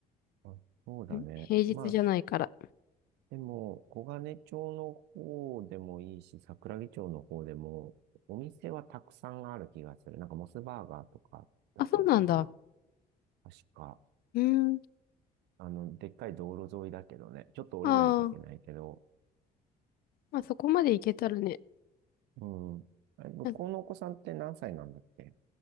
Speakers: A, on the right; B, on the left.
A: あ、そうだね。
B: ん平日じゃないから。
A: まあ、でも、黄金町の方でもいいし、桜木町の方でも、お店はたくさんある気がする。なんかモスバーガーとかあった気がするな。
B: あ、そうなんだ。
A: 確か、
B: うん。
A: あの、でっかい道路沿いだけどね。ちょっと降りないといけないけど、
B: ああ、まあそこまでいけたらね。
A: うん。あれ、向こうのお子さんって何歳なんだっけ
B: うん